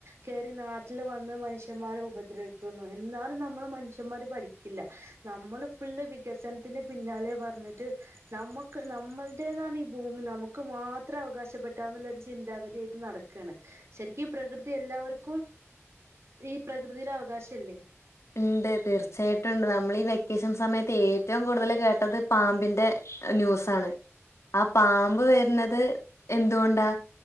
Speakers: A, on the right; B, on the left.
A: കേറി നാട്ടിൽ വന്ന് മനുഷ്യന്മാരെ ഉപദ്രവി ക്കുന്നു എന്നാലും നമ്മള് മനുഷ്യന്മാര് പഠി ക്കില്ല നമ്മള് ഫുള്ള് വികസനത്തിന്റെ പിന്നാലെ പറഞ്ഞിട്ട് നമുക്ക് നമ്മളടേതാണ് ഈ ഭൂമി നമുക്ക് മാത്രം അവകാശപ്പെട്ടാന്നുള്ളരു ചിന്താഗതിയ യിട്ട് നടക്കയാണ് ശരിക്കും ഈ പ്രകൃതി എല്ലാവർക്കും ഈ പ്രകൃതിയില് അവകാശല്ലേ
B: ഉണ്ട് തീർച്ചയായിട്ടും ഉണ്ട് നമ്മൾ ഈ വെക്കേഷൻ സമയത്ത് ഏറ്റവും കൂടുതല് കേട്ടത് പാമ്പിന്റെ ന്യൂസാണ് ആ പാമ്പ് വരുന്നത് എന്തുകൊണ്ടാ